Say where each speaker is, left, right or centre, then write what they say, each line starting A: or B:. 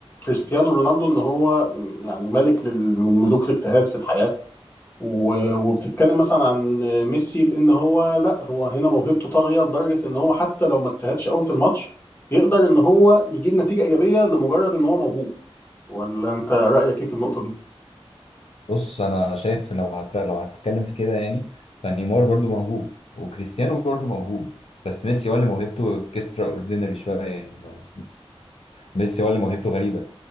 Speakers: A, on the left; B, on the left.
A: كريستيانو رونالدو ان هو يعني ملك لل- من ملوك الاجتهاد في الحياه و- وبتتكلم مثلا عن ميسي بان هو لا هو هنا موهبته طاغيه لدرجه ان هو حتى لو ما اجتهدش قوي في الماتش يقدر ان هو يجيب نتيجه ايجابيه لمجرد ان هو موهوب ولا انت رأيك ايه في النقطة دي؟
B: بص انا شايف لو هت... لو هتتكلم في كده يعني فنيمار برضو موهوب وكريستيانو برضو موهوب بس ميسي ولا موهبته اكسترا اوردينري شوية يعني ما- ميسي ولا موهبته غريبة